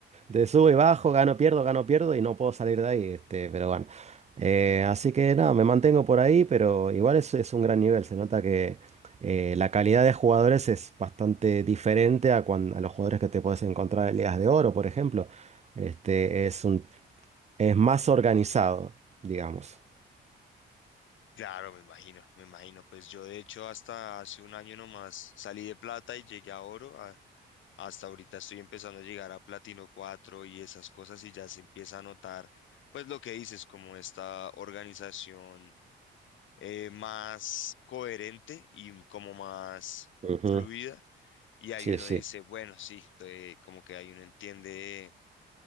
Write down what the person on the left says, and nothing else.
Claro, me imagino, me imagino. Pues yo de hecho hasta hace un año nomás salí de plata y llegué a oro. a- hasta ahorita estoy empezando a llegar a platino 4 y esas cosas y ya se empieza a notar, pues lo que dices, como esta organización eh, más coherente y como más
fluida. Y ahí
uno
dice, bueno, sí, estoy- como que ahí uno entiende,